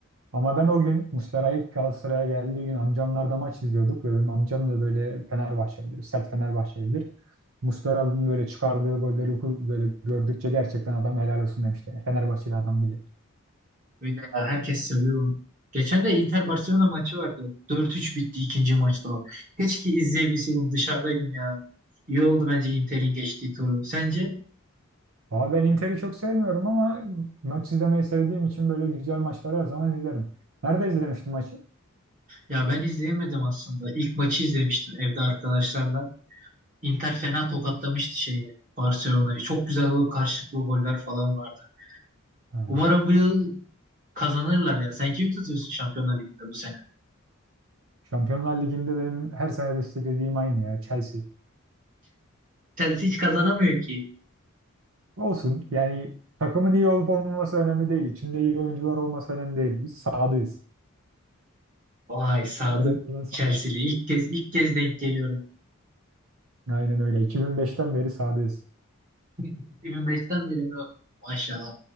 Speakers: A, on the right; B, on the right.
A: Ama ben o gün Muslera ilk Galatasaray'a geldiği gün amcamlarda maç izliyorduk ve benim amcam da böyle Fenerbahçelidir, sert Fenerbahçelidir. Muslera'nın böyle çıkardığı golleri böyle gördükçe gerçekten adam helal olsun demişti. Yani Fenerbahçeli adam bile.
B: Öyle ya, herkes seviyor onu. Geçen de Inter Barcelona maçı vardı. Dört üç bitti ikinci maçta o. Keşke izleyebilseydim dışarıdaydım ya. İyi oldu bence Inter'in geçtiği turu. Sence?
A: Ama ben Inter'i çok sevmiyorum ama maç izlemeyi sevdiğim için böyle güzel maçları her zaman izlerim. Nerede izlemiştim maçı?
B: Ya ben izleyemedim aslında. İlk maçı izlemiştim evde arkadaşlarla. Inter fena tokatlamıştı şeyi Barcelona'yı. Çok güzel o karşılıklı goller falan vardı.
A: Ha.
B: Umarım bu yıl kazanırlar ya. Sen kimi tutuyorsun Şampiyonlar Ligi'nde bu sene?
A: Şampiyonlar Ligi'nde benim her sene desteklediğim aynı ya Chelsea.
B: Chelsea hiç kazanamıyor ki.
A: Olsun yani takımın iyi olup olmaması önemli değil. İçinde iyi oyuncular olması önemli değil. Biz sadığız.
B: Vay Sadık
A: Önemli olan sadık.
B: Chelsea'li. İlk kez ilk kez denk geliyorum.
A: Aynen öyle. 2005'ten beri sadığız.
B: 2005'ten beri mi? Maşallah.